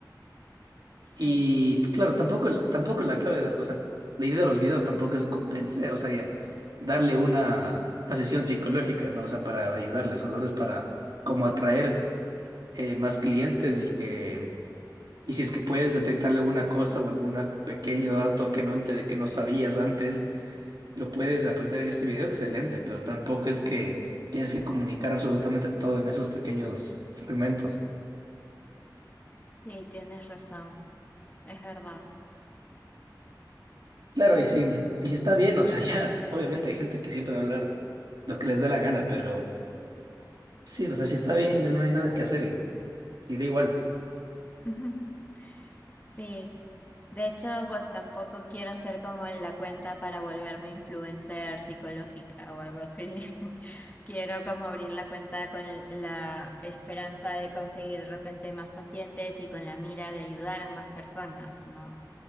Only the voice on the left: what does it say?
Sí.
Sí, tienes razón, es verdad.
<laughs> Sí, de hecho, pues tampoco quiero ser como la cuenta para volverme influencer psicológica o algo así. <laughs> Quiero como abrir la cuenta con la esperanza de conseguir de repente más pacientes y con la mira de ayudar a más personas, ¿no?